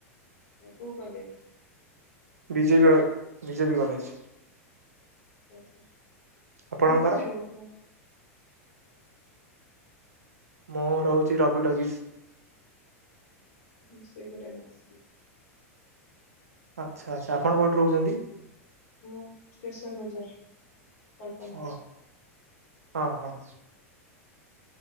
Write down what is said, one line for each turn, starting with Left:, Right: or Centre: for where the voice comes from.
Left: କୋଉ କଲେଜ?
Right: BJP BJP college.
Left: ଆଚ୍ଛା ଆଚ୍ଛା
Right: ଆପଣଙ୍କର?
Left: ତମେ କୋଉଠି ରହୁଛ?
Right: ମୁଁ ରହୁଛି ରାବିଟ ଅଗିସ୍।
Left: ମୁଁ ସେଇପଟେ ଏଇନା ଆସିଲି।
Right: ଆଚ୍ଛା ଆଚ୍ଛା ଆପଣ କୋଉଠି ରହୁଛନ୍ତି?
Left: ମୁଁ ଷ୍ଟେସନ୍ ବଜାର। କଳ୍ପନା।
Right: ଓ ହଁ ହଁ।